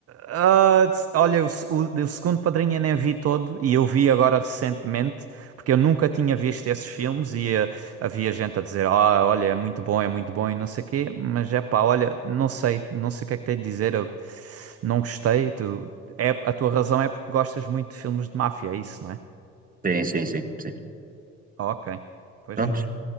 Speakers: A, on the right (about 40°); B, on the right (about 25°).
A: ah, olha, o, se- o, o segundo Padrinho eu nem vi todo e eu vi agora recentemente, porque eu nunca tinha visto esses filmes e ah, havia gente a dizer, ah, olha, é muito bom, é muito bom e não sei o quê, mas é pá, olha, não sei, não sei o que é que tenho de dizer, eu não gostei, tu, é, a tua razão é porque gostas muito de filmes de máfia, é isso, não é?
B: Sim, sim, sim, sim.
A: Ah, ok, pois,
B: Pronto,